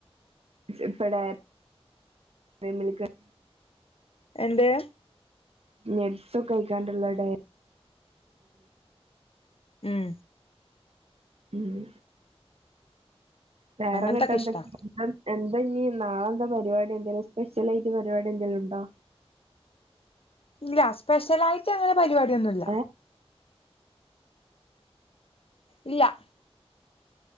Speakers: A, on the right; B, on the left.
A: ഇപ്പടെ <unintelligible>
B: എന്തെ.
A: നട്സൊക്കെ കഴിക്കാണ്ട്ള്ളരു.
B: ഉം
A: മ്മ്. വേറെ
B: അങ്ങനത്തൊക്കെ
A: കെട്ട് എന്തൊക്കെ.
B: ഇഷ്ടാ
A: എന്ത ഇനി നാളെന്താ പരിപാടി എന്തെലും സ്പെഷ്യലായിട്ട് പരിപാടി എന്തേലും ഉണ്ടോ?
B: ഇല്ല സ്പെഷ്യലായിട്ട് അങ്ങനെ പരിപാടിയൊന്നുംല്ല.
A: ഏഹ്
B: ഇല്ല.